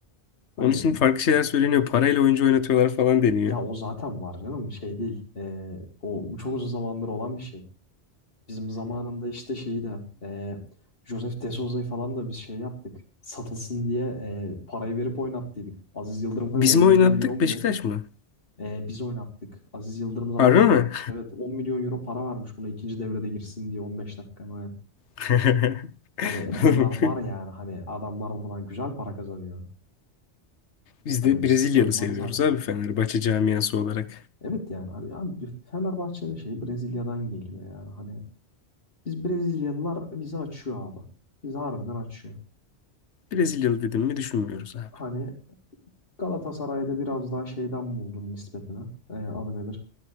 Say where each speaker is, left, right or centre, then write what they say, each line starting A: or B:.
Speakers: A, on the left; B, on the left.
A: Hani
B: Onun için farklı şeyler söyleniyor. Parayla oyuncu oynatıyorlar falan deniyor.
A: ya o zaten var canım şey değil. E, o çok uzun zamandır olan bir şey. Bizim zamanında işte şeyi de e, Joseph De Souza'yı falan da biz şey yaptık. Satılsın diye e, parayı verip oynattıydık. Aziz Yıldırım kadar
B: Biz
A: 10
B: mi
A: milyon
B: oynattık
A: euro mu
B: Beşiktaş
A: ne?
B: mı?
A: E, biz oynattık. Aziz Yıldırım zamanında
B: Harbi
A: 10,
B: mi?
A: evet 10 milyon euro para vermiş buna ikinci devrede girsin diye 15 dakika böyle.
B: <laughs>
A: Hani bunlar var yani hani adamlar buradan güzel para kazanıyor.
B: Biz
A: Hani
B: de
A: bu
B: Brezilyalı
A: sistem
B: seviyoruz
A: var zaten.
B: abi Fenerbahçe camiası olarak.
A: Evet yani hani abi Fenerbahçe'nin şeyi Brezilya'dan geliyor yani hani biz Brezilyalılar bizi açıyor abi. Bizi harbiden açıyor.
B: Brezilyalı dedim mi düşünmüyoruz abi.
A: Hani Galatasaray'da biraz daha şeyden buldun nispetine. E, adı nedir?